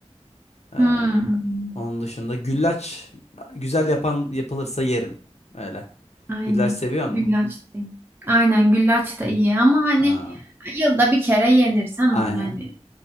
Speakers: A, on the left; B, on the right.
A: Ee,
B: Hmm.
A: onun dışında güllaç güzel yapan yapılırsa yerim. Öyle.
B: Aynen.
A: Güllaç seviyor musun?
B: Güllaç da iyi. Aynen güllaç da iyi ama hani
A: Aa,
B: yılda bir kere yenir tamam
A: aynen.
B: hani.